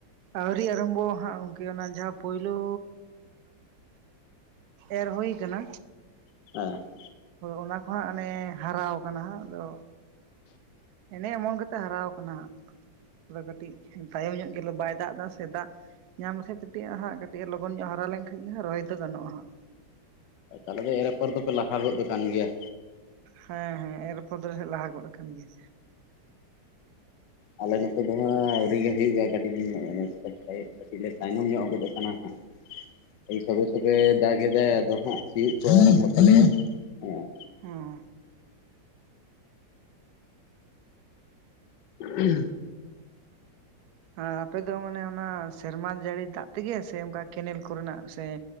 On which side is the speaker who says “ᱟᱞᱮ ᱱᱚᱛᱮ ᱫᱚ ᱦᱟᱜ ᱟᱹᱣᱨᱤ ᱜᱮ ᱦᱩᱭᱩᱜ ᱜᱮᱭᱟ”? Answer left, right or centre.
Left